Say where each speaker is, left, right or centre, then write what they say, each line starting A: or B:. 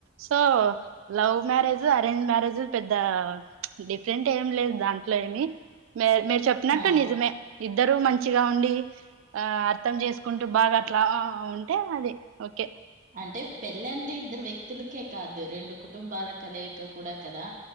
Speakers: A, on the right; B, on the right.
A: so love marriage arrange marriage పెద్ద డిఫరెంట్ ఏం లేదు దాంట్లో ఏమి మీ మీరు చెప్పినట్టు
B: ఆ!
A: నిజమే ఇద్దరు మంచి మంచిగా ఉండి ఆ అర్థం చేసుకుంటూ బాగా అట్లా ఉంటే అది ఓకే
B: అంటే పెళ్ల అంటే ఇద్దరు వ్యక్తులకే కాదు రెండు కుటుంబాల కలయిక్క కూడా కదా